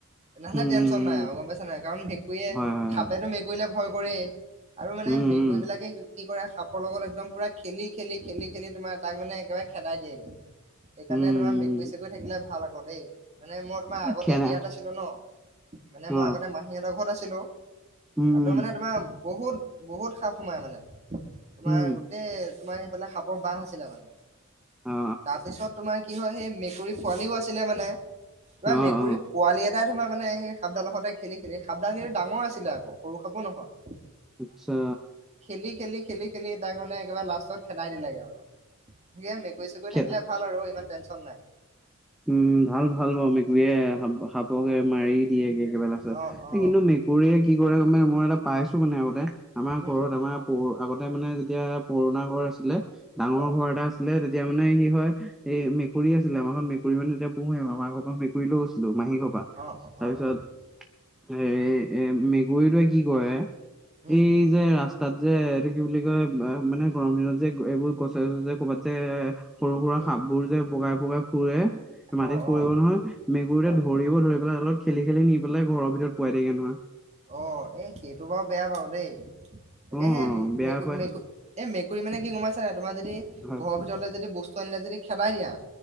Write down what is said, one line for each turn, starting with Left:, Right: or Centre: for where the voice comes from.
Right: তেনেহ'লে
Centre: উম
Right: টেনশ্যন
Centre: উম
Right: নাই
Centre: উম
Right: আৰু গম পাইছা নাই কাৰণ মেকুৰীয়ে
Centre: হয় হয়
Right: খাপেতটো
Centre: হয়
Right: মেকুৰীলে ভয় কৰে আৰু মানে
Centre: উম
Right: মেকুৰী
Centre: উম
Right: বিলাকে কি কৰে সাপৰ লগত একদম পুৰা খেলি খেলি খেলি খেলি তোমাৰ তাক মানে একেবাৰে খেদাই দিয়েগে। সেইকাৰণে
Centre: উম
Right: তোমাৰ মেকুৰী চেকুৰী থাকিলে ভাল আকৌ দেই মানে মই তোমাৰ
Centre: উম এই
Right: আগতে
Centre: খেলা
Right: হেৰিয়াতে আছিলো ন। মানে
Centre: অ
Right: মই আগতে মাহীহঁতৰ ঘৰত আছিলো
Centre: উম
Right: তাতো
Centre: উম
Right: মানে তোমাৰ বহুত-বহুত স সোমাই মানে তোমাৰ
Centre: উম
Right: গোটেই তোমাৰ সেইফালে সাপৰ বাহ আছিলে মানে
Centre: অ অ
Right: তাৰপিছত তোমাৰ কি হয় সেই মেকুৰী পোৱালিও আছিলে মানে তাৰ
Centre: অ
Right: মেকুৰীৰ
Centre: অ
Right: পোৱালি এটা তোমাৰ মানে সধালতে খি খেলি সাবধান খেলি ডাঙৰ আছিলে আকৌ সৰু খাব নহয়।
Centre: আচ্ছা,
Right: খেলি-খেলি-খেলি-খেলি তাক মানে একেবাৰে লাষ্টত খেদাই দিলেগে আৰু সে গৈ চগৈ
Centre: খে
Right: থাকিলে ভাল আৰু ইমান টেনচন নাই।
Centre: উম, ভাল-ভাল বাৰু মেকুৰীয়ে সাপকে মাৰি দিয়েগে একেবাৰে লাষ্টত।
Right: অ অ
Centre: কিন্তু মেকুৰীয়ে কি কৰে মানে মই এটা পাইছো। মানে আগতে, আমাৰ
Right: উম
Centre: ঘৰত আমাৰ প আগতে মানে যেতিয়া পুৰণা ঘৰ আছিলে, ডাঙৰ
Right: অ
Centre: ঘৰ। এটা আছিলে। তেতিয়া মানে কি হয়? এই মেকুৰী আছিলে। আমাৰখন মেকুৰী মানে তেতিয়া পোহে। আমাৰ ঘৰপৰা মেকুৰীলৈ গৈছিলোঁ। মাহী ঘৰপা।
Right: অ অ
Centre: তাৰপিছত
Right: অ অ
Centre: এ-এ মেকুৰীটোৱে কি কৰে?
Right: উম
Centre: এই যে ৰাস্তাত যে, এইটো কি বুলি কয় মানে গৰম দিনত যে। এইবোৰ গছে চছে ক'বাতযে এ সৰু সুৰা
Right: উম
Centre: সাপ বোৰ যে বগাই বগাই ফুৰে। মাটিত
Right: অ
Centre: পৰিব
Right: অ
Centre: নহয়, মেকুৰীটোৱে
Right: অ
Centre: ধৰিব, ধৰি পেলাই অলপ খেলি খেলি নি পেলাই ঘৰৰ ভিতৰত পোৱাই দিয়েগে নহয়।
Right: অ' এ সেইটো বাৰু বেয়া বাৰু দেই।
Centre: অ
Right: তাকে সেই
Centre: বেয়া
Right: মেকু
Centre: পায়
Right: মেকুৰী এ মেকুৰী মানে কি গম পাইছানে নাই? তোমাৰ যদি
Centre: হয়
Right: ঘৰৰ ভিতৰলৈ যদি বস্তু আনিলে যদি খেদাই দিয়া,